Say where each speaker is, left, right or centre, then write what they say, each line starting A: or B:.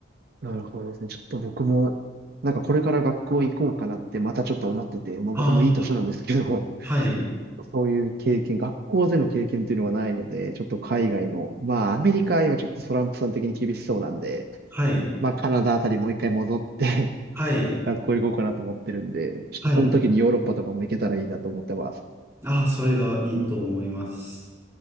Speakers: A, on the right (about 55°); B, on the right (about 15°).
A: なるほどですね。ちょっと僕も、なんかこれから学校行こうかなってまたちょっと思ってて、まあ僕もいい年なんですけど、
B: ああ、はい、
A: そういう経験、学校での経験っていうのはないので、ちょっと海外の、まあアメリカは今ちょっとトランプさん的に厳しそうなんで、
B: はい、
A: まあカナダあたりもう一回戻って
B: はい、
A: <laughs> 学校行こうかなと思ってるんで、ちょっとその時にヨーロッパとかも行けたらいいなと思ってます。
B: はい。ああ、それがいいと思います。